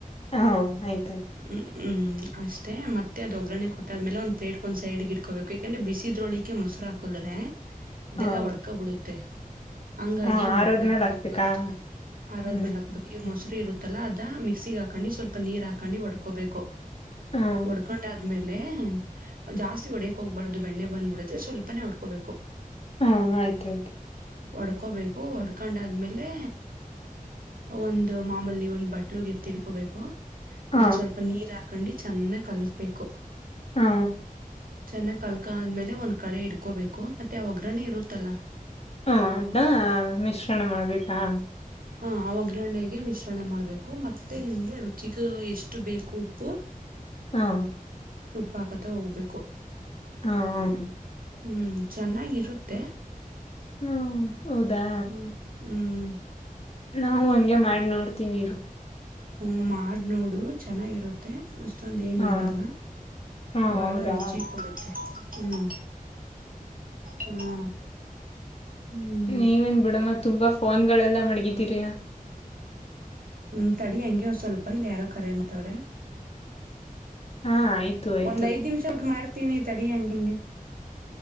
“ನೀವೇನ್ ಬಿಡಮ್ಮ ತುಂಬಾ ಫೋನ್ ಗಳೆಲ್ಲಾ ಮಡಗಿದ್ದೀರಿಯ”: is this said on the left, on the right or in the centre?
Left